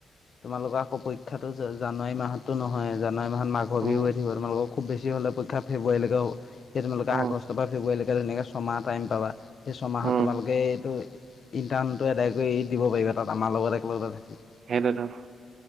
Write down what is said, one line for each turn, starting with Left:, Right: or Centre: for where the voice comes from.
Left: তোমালোকৰ আকৌ পৰীক্ষাতো জানুৱাৰী মাহতো নহয়, জানুৱাৰী মাহত মাঘৰ
Right: উম
Left: বিহু হৈ উ, থাকিব তোমালোকক খুব বেছি হলেও পৰীক্ষা ফেৱৰুৱাৰীলৈকে হে, সেই তোমোলোকে
Right: উম
Left: আগষ্টপা পৰা ফেব্ৰুৱাৰীলৈ ধুনীয়ে ছমাহ টাইম পাবা। সেই ছমাহত
Right: উম
Left: তোমালোকে এইটো ইণ্টাৰ্ণটো আদায় কৰি দিব পাৰিবা, তাত আমাৰ লগত একেলগতে থাকি।
Right: সেইটোৱেইটো।